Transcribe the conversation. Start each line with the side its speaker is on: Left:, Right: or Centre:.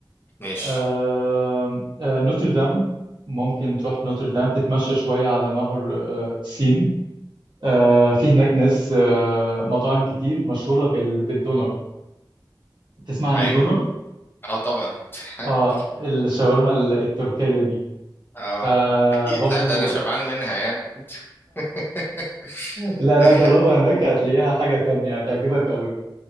Left: ماشي
Right: أه، أه، نوتردام ممكن تروح نوتردام تتمشى شوية على نهر أه، سين أه، في هناك ناس أه، مطاعم كتير مشهورة بال- بالدونر تسمع عن
Left: ايوه
Right: الدونر
Left: اه طبعا <laughs>
Right: اه الشاورما ال- التركية دي
Left: اه
Right: فبرضو
Left: اكيد لا ده انا شبعان
Right: <laughs>
Left: منها يعني <laughs>
Right: لا لا جربها هناك هتلاقيها حاجة تانية هتعجبك قوي